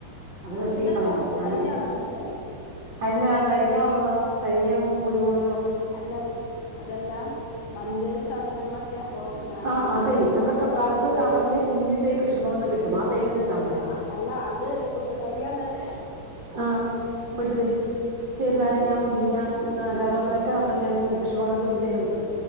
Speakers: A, on the right; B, on the left.
A: അത്
B: ആ
A: വെട്ടി
B: ഇതൊക്കെ
A: കളയണം
B: ഒട്ടു
A: ഞാന്
B: തൈയാണോ എന്നിട്ട്
A: അല്ല തനിയെ വന്നതോ തനിയെ കുരുമുള
B: അല്ല അതല്ല മറ്റേ
A: ഉം
B: സാധനങ്ങളൊക്കെ അപ്പൊ നാരങ്ങ
A: ആ അതേ നമ്മുടെ
B: ഒക്കെ
A: കറുപ്പ്
B: ഒട്ടു തൈ
A: കവറിൽ കുഞ്ഞ് തൈയ് കൃഷിഭവനിന്ന് കിട്ടും ആ തൈ വെച്ചാ മതി
B: ആ അല്ല അത് ഒട്ടു തയ്യാണത്
A: ആ ബഡ് തൈ ചേറുനാരങ്ങ
B: ഉം
A: മുരിങ്ങ ആ കറിവേപ്പിലൊക്കെ നമ്മുടെ ചെറു കൃഷിഭവനിന്ന് കുഞ്ഞു തൈയ്കൾ കിട്ടും